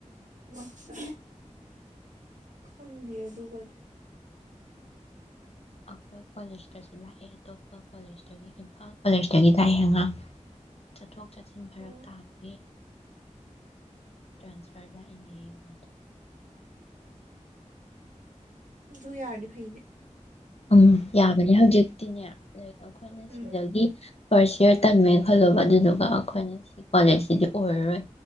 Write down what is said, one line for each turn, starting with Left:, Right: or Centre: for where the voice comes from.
Right: <unintelligible> ꯈꯪꯗꯦꯌꯦ ꯑꯗꯨꯒꯗꯤ
Left: ꯑꯈꯣꯏ ꯀꯣꯂꯦꯁꯇꯁꯨ ꯂꯥꯛꯑꯦ꯫ ꯀꯣꯂꯦꯖꯇꯒꯤ ꯏꯝꯐꯥꯜ ꯀꯣꯂꯦꯖꯇꯒꯤ ꯂꯥꯛ ꯑꯩ ꯉꯉꯥꯡ ꯆꯠꯊꯣꯛ ꯆꯠ ꯆꯦꯛꯁꯤꯟ ꯐꯔꯛ
Right: ꯑꯣ
Left: ꯇꯥꯕꯒꯤ ꯇ꯭ꯔꯥꯟꯁꯐꯔ ꯂꯥꯛꯏꯅꯦ ꯃꯥꯗꯣ꯫
Right: ꯑꯗꯨ ꯌꯥꯔꯗꯤ ꯐꯩꯅꯦ꯫
Left: ꯎꯝ ꯌꯥꯕꯅꯦ ꯍꯧꯖꯤꯛꯇꯤꯅꯦ ꯑꯈꯣꯏꯅ
Right: ꯎꯝ
Left: ꯁꯤꯗꯒꯤ꯫ ꯐꯥꯔꯁ ꯏꯌꯥꯔ ꯇꯝꯃꯦ ꯈꯜꯂꯣꯕ ꯑꯗꯨꯗꯨꯒ ꯑꯩꯈꯣꯏꯅ ꯁꯤ ꯀꯣꯂꯦꯖꯁꯤꯗꯤ ꯑꯣꯏꯔꯔꯣꯏ꯫